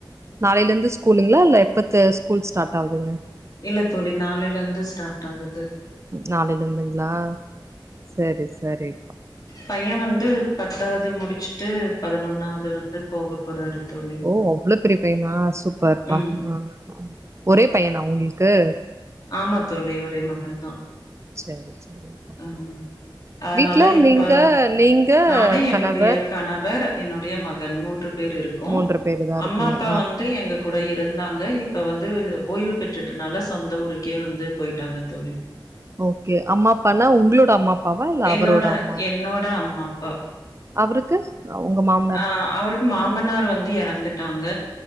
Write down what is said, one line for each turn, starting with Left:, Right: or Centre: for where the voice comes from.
Right: நாளையிலருந்து ஸ்கூலுங்களா இல்ல எப்பத்த ஸ்கூல் ஸ்டார்ட் ஆகுதுங்க
Left: இல்ல தோழி நாளைலந்து ஸ்டார்ட் ஆகுது
Right: நாளையிலந்துங்ளா சரி சரி
Left: பையன் வந்து பத்தாவ்து முடிச்சுட்டு பதினொன்னாவது வந்து போக போறாரு தோழி
Right: ஓ அவ்ளோ பெரிய பையனா சூப்பர்ப்பா
Left: ம்
Right: அ ஒரே பையனா உங்கள்க்கு
Left: ஆமா தோழி ஒரே மகன் தா
Right: சரி சரிப்பா
Left: ம் அதனால
Right: வீட்ல
Left: இப்ப
Right: நீங்க நீங்க
Left: நானு என்னுடைய
Right: கணவர்
Left: கணவர் என்னுடைய மகன் மூன்று பேர் இருக் க்கோ
Right: மூன்று பேரு தா இருக்கீங்க
Left: அம்மா அப்பா
Right: ஆ
Left: வந்து எங்க கூட இருந்தாங்க இப்ப வந்து ஓய்வு பெற்றுறனால சொந்த ஊருக் க்கே வந்து போய்ட்டாங்க தோழி
Right: ஓகே அம்மா அப்பானா உங்ளோட அம்மா அப்பாவா இல்ல
Left: என்னோட
Right: அவரோட அம்மா
Left: என்னோட அம்மா அப்பா
Right: அவுருக்கு அ உங்க மாம்
Left: அ அவருக்கு மாமனார் வந்து எறந்துட்டாங்க